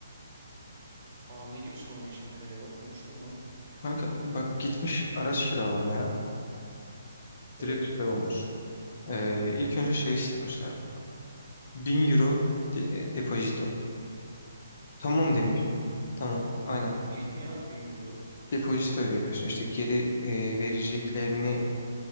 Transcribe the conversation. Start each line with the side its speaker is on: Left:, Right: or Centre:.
Right: Aa ne gibi sorun yaşamış acaba? Konuştun mu?
Left: Kanka bak gitmiş araç kiralamaya
Right: Evet.
Left: direkt şey olmuş. Ee, ilk önce şey istemişler bana. 1000 euro de- e, depozito. Tamam
Right: Bin
Left: demiş.
Right: euro.
Left: Tamam aynen.
Right: Çok değil mi ya 1000 euro?
Left: Depozito veriyorsun. İşte geri e, vereceklerini